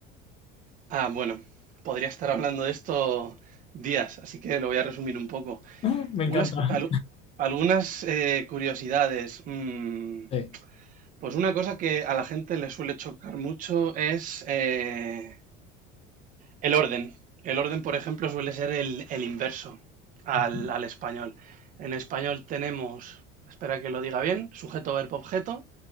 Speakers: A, on the right (about 40°); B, on the left (about 30°).
A: Ah, bueno, podría estar hablando de esto días, así que lo voy a resumir un poco.
B: <laughs> Me
A: Algunas,
B: encanta.
A: cu- alu- algunas eh, curiosidades. mm,
B: Sí.
A: pues una cosa que a la gente le suele chocar mucho es eh, el orden. El orden, por ejemplo, suele ser el, el inverso al,
B: Ujú,
A: al español. En español tenemos, espera que lo diga bien, sujeto, verbo, objeto